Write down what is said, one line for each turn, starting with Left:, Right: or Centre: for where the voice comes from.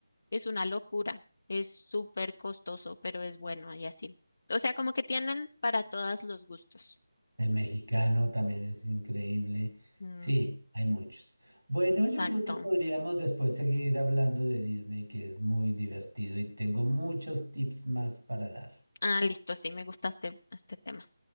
Left: Es una locura. Es súper costoso, pero es bueno y así. O sea, como que tienen para todos los gustos.
Right: el mexicano también es increíble.
Left: Mm,
Right: Sí, hay muchos. Bueno,
Left: exacto.
Right: yo creo que podríamos después seguir hablando de Disney, que es muy divertido y tengo muchos tips más para dar.
Left: Ah, listo, sí, me gusta este, este tema.